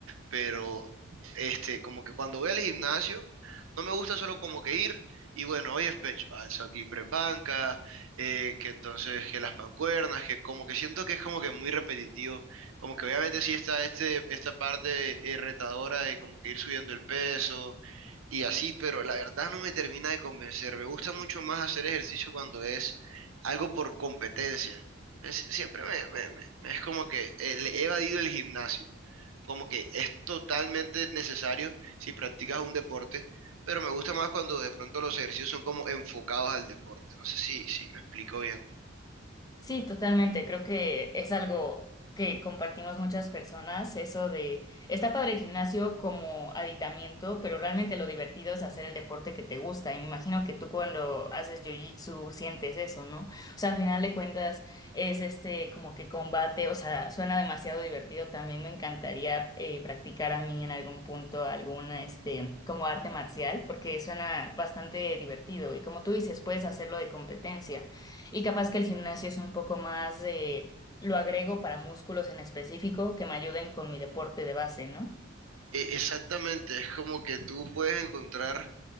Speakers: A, on the right; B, on the left.
A: pero este, como que cuando voy al gimnasio, no me gusta solo como que ir y bueno, hoy es pecho, alzo aquí tres bancas, eh, que entonces que las mancuernas, que como que siento que es como que muy repetitivo, como que obviamente sí está este, esta parte eh, retadora de como que ir subiendo el peso y así, pero la verdad no me termina de convencer, me gusta mucho más hacer ejercicio cuando es algo por competencia. Es- siempre me, me- me- me- es como que eh, le he evadido el gimnasio como que es totalmente necesario si practicas un deporte, pero me gusta más cuando de pronto los ejercicios son como enfocados al deporte. No sé si, si me explico bien.
B: Sí, totalmente. Creo que es algo que compartimos muchas personas, eso de, está padre el gimnasio como aditamiento, pero realmente lo divertido es hacer el deporte que te gusta. Y me imagino que tú cuando haces jiu-jitsu sientes eso, ¿no? O sea, al final de cuentas es este como que combate, o sea, suena demasiado divertido. También me encantaría eh, practicar a mí en algún punto alguna, este, como arte marcial, porque suena bastante divertido. Y como tú dices, puedes hacerlo de competencia. Y capaz que el gimnasio es un poco más de, lo agrego para músculos en específico que me ayuden con mi deporte de base, ¿no?
A: E- exactamente, es como que tú puedes encontrar,